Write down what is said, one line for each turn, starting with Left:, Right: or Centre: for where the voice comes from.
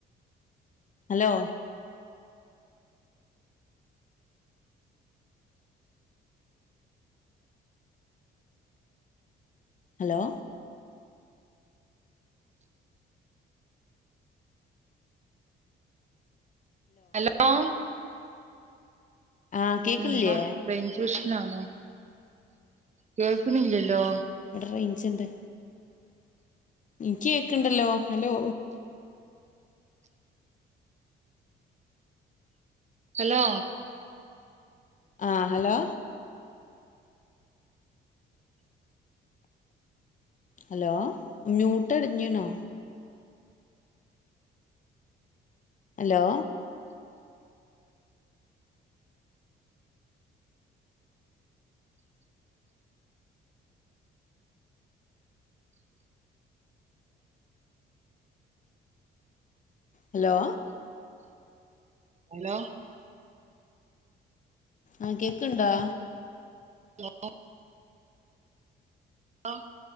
Left: ഹലോ. ഹലോ.
Right: ഹലോ.
Left: ആഹ് കേക്ക്ണില്ലേ
Right: എന്താ റെയ്ഞ്ച് പ്രശ്നാണോ? കേൾക്ണില്ലല്ലോ?
Left: ഇവിടെ റേയ്ഞ്ച്ണ്ട്. ഇനിക്കി കേക്ണ്ടല്ലോ? ഹലോ?
Right: ഹലോ.
Left: ആ. ഹലോ. ഹലോ. മ്യൂട്ട്ടിഞ്ഞുണോ? ഹലോ. ഹലോ.
Right: ഹലോ.
Left: ആഹ. കേക്ക്ണ്ടോ?
Right: ഹലോ. ആഹ്.